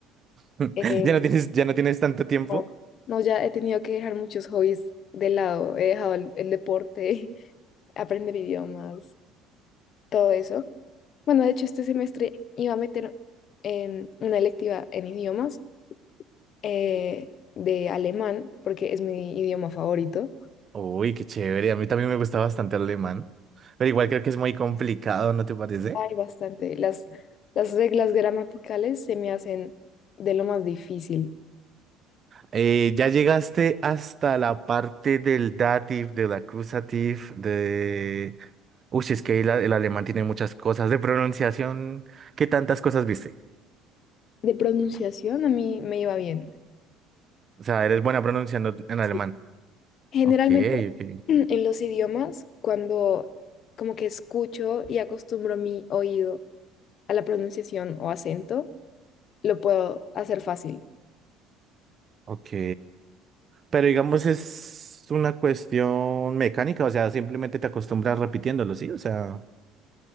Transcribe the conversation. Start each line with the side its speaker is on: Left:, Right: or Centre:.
Right: <laughs>
Left: Eh,
Right: ¿Ya no tienes, ya no tienes tanto tiempo?
Left: no, no, ya he tenido que dejar muchos hobbies de lado, he dejado el, el deporte, <laughs> aprender idiomas, todo eso. Bueno, de hecho, este semestre iba a meter em, una electiva en idiomas eh, de alemán, porque es mi idioma favorito.
Right: Uy, qué chévere, a mí también me gusta bastante el alemán, pero igual creo que es muy complicado, ¿no te parece?
Left: Hay bastante. Las, las reglas gramaticales se me hacen de lo más difícil.
Right: Eh, ya llegaste hasta la parte del dative, del accusative, de... Uy, si es que el, a- el alemán tiene muchas cosas de pronunciación. ¿Qué tantas cosas viste?
Left: De pronunciación a mí me iba bien.
Right: O sea, eres buena pronunciando en
Left: Sí.
Right: alemán.
Left: Generalmente
Right: Ok, ok,
Left: <clears throat> en los idiomas, cuando como que escucho y acostumbro mi oído a la pronunciación o acento, lo puedo hacer fácil.
Right: ok. Pero digamos es una cuestión mecánica, o sea, simplemente te acostumbras repitiéndolo, ¿sí? O sea,